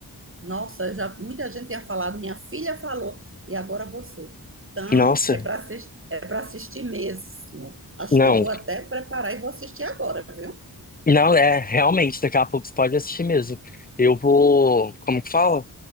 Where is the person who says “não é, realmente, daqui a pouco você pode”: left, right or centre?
Left